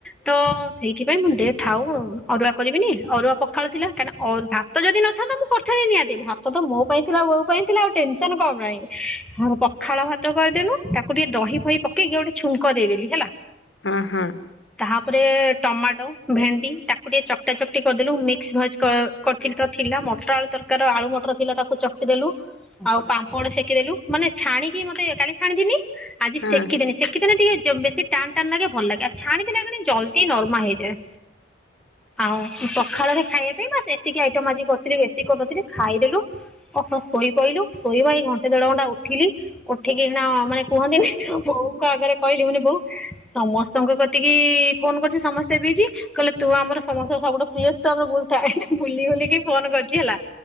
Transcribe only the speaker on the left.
ହଁ, ହଁ
ହଁ